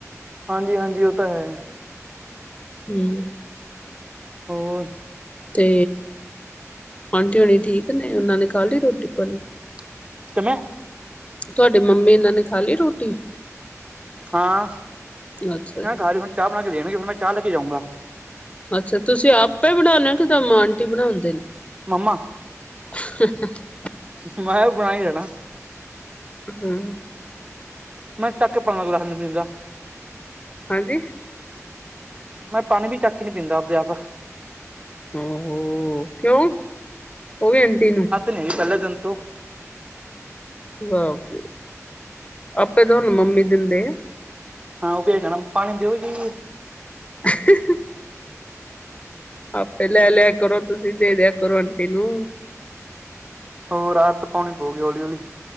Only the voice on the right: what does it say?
ਹਾਂਜੀ- ਹਾਂਜੀ ਉਹ ਤਾਂ ਹੈ।
ਹੋਰ।
<unintelligible> <unintelligible>
ਹਾਂ,
ਖਾਲੀ ਹੁਣ ਚਾਹ ਬਣਾ ਕੇ ਦੇਣਗੇ ਫਿਰ ਮੈਂ ਚਾਹ ਲੈ ਕੇ ਜਾਊਂਗਾ।
ਮੰਮਾ।
ਮੈਂ ਵੀ ਬਣਾ ਹੀ ਦੇਣਾ।
ਮੈੰ ਚਕ ਕੇ ਪਾਣੀ ਦਾ ਗਿਲਾਸ ਨਹੀ ਪੀਦਾਂ
ਮੈਂ ਪਾਣੀ ਵੀ ਚੱਕ ਹੀ ਨੀ ਪੀਂਦਾ ਆਪਦੇ ਆਪ।
ਨਹੀਂ ਪਹਿਲੇ ਦਿਨ ਤੋਂ।
ਹਾਂ ਉਹ ਤੇ ਹੈਗਾ ਨਾ, ਪਾਣੀ ਦਿਓ ਜੀ।
ਉਹ ਆਦਤ ਪਾਉਣੀ ਪਊਗੀ ਹੌਲੀ -ਹੌਲੀ।